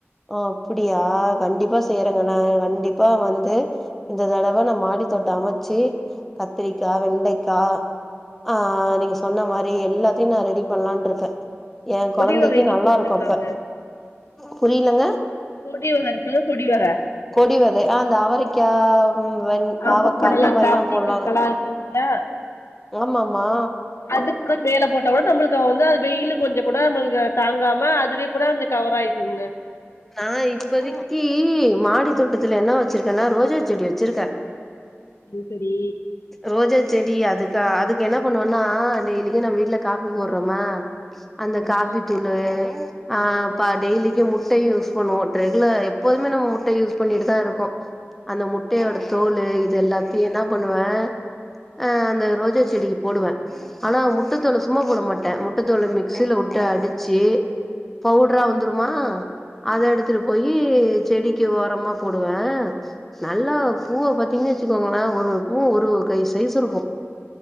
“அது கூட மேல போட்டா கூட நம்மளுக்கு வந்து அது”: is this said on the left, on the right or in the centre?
Left